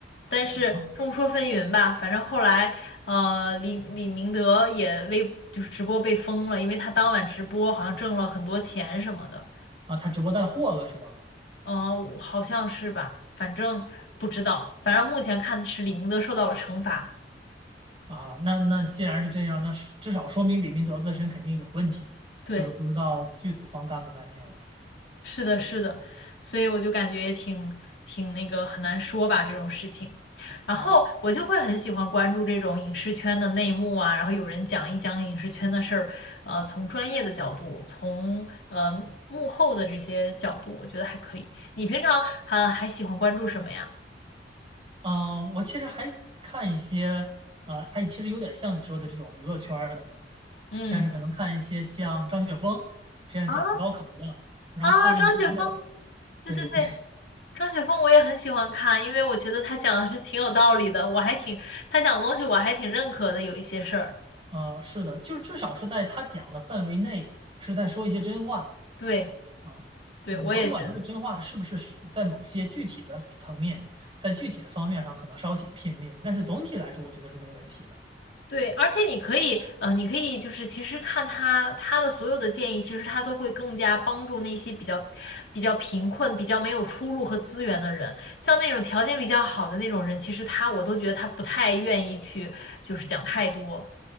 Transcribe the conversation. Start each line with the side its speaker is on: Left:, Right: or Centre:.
Left: 但是众说纷纭吧，
Right: 啊，然后
Left: 反正后来，呃，李李明德也微就是直播被封了，因为他当晚直播好像挣了很多钱什么的。
Right: 啊，他直播带货了是吧？
Left: 呃，好像是吧，反正不知道，反正目前看是李明德受到了惩罚。
Right: 啊，那那既然是这样，那是至少说明李明德自身肯定有问题，
Left: 对，
Right: 就是不知道剧组方干不干净了
Left: 是的，是的，所以我就感觉也挺挺那个很难说吧这种事情。然后我就会很喜欢关注这种影视圈的内幕啊，
Right: 啊。
Left: 然后有人讲一讲影视圈的事儿，呃，从专业的角度，从呃幕幕后的这些角度，我觉得还可以。你平常还还喜欢关注什么呀？
Right: 嗯，我其实还看一些，呃，哎，其实有点像你说的这种娱乐圈儿的，
Left: 嗯，
Right: 但是可能看一些像张雪峰这样讲高考的，
Left: 啊
Right: 然后看一个比较，
Left: 啊，张雪峰，对对对。
Right: 对对对，
Left: 张雪峰我也很喜欢看，因为我觉得他讲的是挺有道理的，我还挺，他讲的东西我还挺认可的，有一些事儿。
Right: 呃，是的，就是至少是在他讲的范围内，是在说一些真话。
Left: 对，
Right: 啊，
Left: 对，
Right: 你甭管这个真话是不是是在某些具体的层面，
Left: 我也觉得。
Right: 在具体的方面上可能稍显片面，但是总体来说，我觉得是没问题的。
Left: 对，而且你可以，呃，你可以就是其实看他他的所有的建议，其实他都会更加帮助那些比较比较贫困、比较没有出路和资源的人，像那种条件比较好的那种人，其实他我都觉得他不太愿意去就是讲太多。